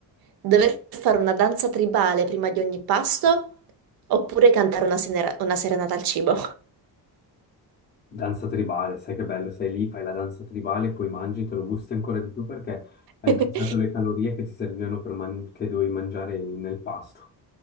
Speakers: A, on the right; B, on the left.
A: dover fare una danza tribale prima di ogni pasto oppure cantare una, senera- una serenata al cibo?
B: Danza tribale, sai che bello, sei lì, fai la danza tribale, poi mangi, te lo gusti ancora di più perché hai
A: <laughs>
B: bruciato le calorie che ti servivano per man- che dovevi mangiare nel pasto.